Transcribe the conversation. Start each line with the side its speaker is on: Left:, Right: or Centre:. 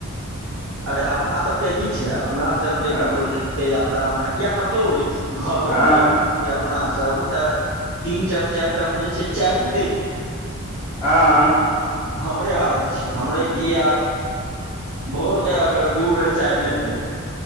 Right: अरे अपना सबके की छै। अपना सब जे
Centre: हँ
Right: कतउ जेतियै। तराव मे या कतहु भी घरो
Centre: हँ
Right: मे रहल छिये अपना सब। तऽ तीन टाइम चारि टाइम जे छैय चाय पीतै।
Centre: हाँ
Right: से आदत छैय। हमरे की याद <unintelligible> के अगर दू बेर चाय नै भेल।